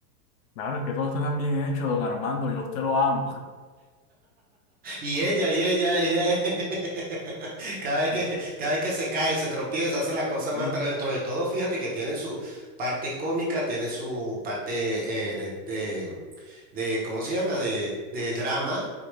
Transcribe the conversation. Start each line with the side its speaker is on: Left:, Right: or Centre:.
Left: Claro, es que todo está tan bien hecho, don Armando, yo a usted lo amo.
Right: Y ella, y ella, ella. <laughs> Cada vez que,
Left: <laughs>
Right: <laughs> cada vez que se cae, se tropieza, hace las cosas mal,
Left: Eh,
Right: pero dentro de todo, fíjate que tiene su parte cómica, tiene su parte eh, de, de- de- ¿cómo se llama? De, de drama,